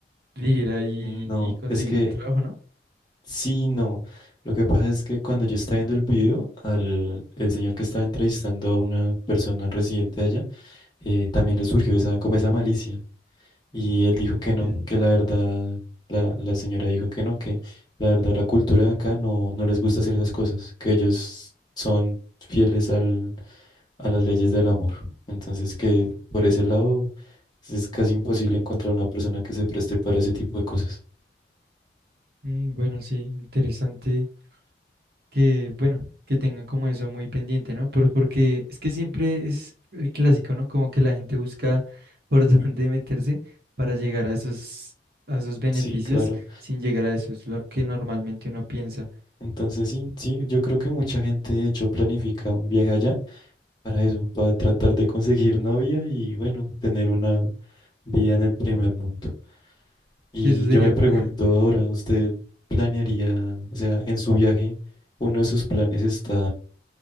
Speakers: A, on the right (about 60°); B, on the left (about 25°).
A: ir ahí
B: No,
A: y conseguir
B: es que
A: el trabajo, ¿no?
B: Sí, no. Lo que pasa es que cuando yo estaba viendo el video, al el señor que estaba entrevistando a una persona residente allá, eh, también le surgió esa, como esa malicia. Y él dijo que no,
A: Sí.
B: que la verdad, la, la señora dijo que no, que la verdad la cultura de acá no, no les gusta hacer esas cosas, que ellos son fieles al, a las leyes del amor. Entonces que por ese lado es casi imposible encontrar una persona que se preste para ese tipo de cosas.
A: Mm, Bueno, sí, interesante que, bueno, que tengan como eso muy pendiente, ¿no? Por, porque es que siempre es el clásico, ¿no? Como que la gente busca <laughs> por Ujú. dónde meterse para llegar a esos, a esos beneficios
B: Sí, claro.
A: sin llegar a eso, es lo que normalmente uno piensa,
B: Entonces
A: ¿no?
B: sí, sí, yo creo que mucha gente de hecho planifica un viaje allá para eso, para tratar de conseguir novia y bueno, tener una vida en el primer mundo. Y
A: Que eso sería
B: yo me pregunto
A: <laughs>
B: ahora, ¿usted planearía, o sea, en su viaje, uno de sus planes está